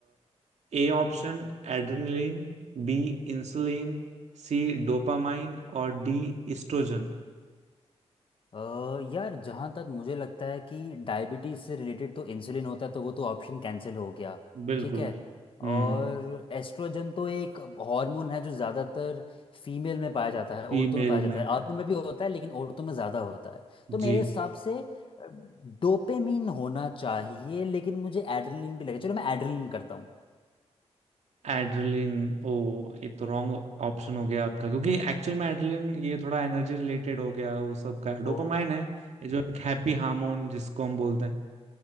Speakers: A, on the right; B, on the left.
A: A option adrenaline B insulin C dopamine और डी इस्ट्रोजन
B: अ, यार जहाँ तक मुझे लगता है कि डायबिटीज़ से रिलेटेड तो इंसुलिन होता है तो वो तो ऑप्शन कैंसिल हो गया
A: बिल्कुल
B: ठीक है
A: हम्म
B: और एस्ट्रोजन तो एक हार्मोन है जो ज़्यादातर फीमेल में पाया जाता है औरतों
A: फीमेल
B: में पाया जाता
A: में
B: है आदमियों में भी होता है लेकिन औरतों में ज़्यादा होता है तो मेरे
A: जी
B: हिसाब से डोपामिन होना चाहिए लेकिन मुझे एड्रेनलिन भी लगे चलो मैं एड्रेनलिन करता हूँ
A: एड्रेलिन ओ ये तो रॉन्ग ऑप्शन हो गया आपका क्योंकि एक्चुअल में एड्रेलिन ये थोड़ा एनर्जी रिलेटेड हो गया वो सब का डोपामाइन
B: ओ
A: है ये जो एक हैप्पी हार्मोन जिसको हम बोलते हैं